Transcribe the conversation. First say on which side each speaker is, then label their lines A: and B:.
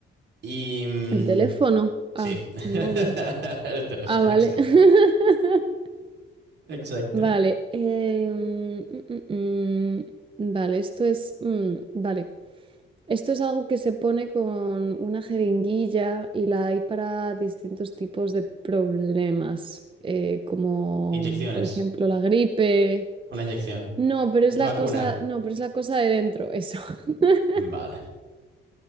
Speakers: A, on the right; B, on the right.
A: y... mm,
B: El teléfono.
A: sí,
B: Ah,
A: <laughs>
B: el móvil.
A: el teléfono,
B: Ah, vale.
A: exacto.
B: <laughs>
A: Exacto.
B: Vale. em, mm, mm, mm. Vale, esto es... mm, vale. Esto es algo que se pone con una jeringuilla y la hay para distintos tipos de problemas, eh, como
A: Inyecciones,
B: por ejemplo la gripe.
A: una inyección,
B: No, pero
A: una
B: es la
A: vacuna.
B: cosa, no, pero es la cosa de dentro, eso. <laughs>
A: Vale,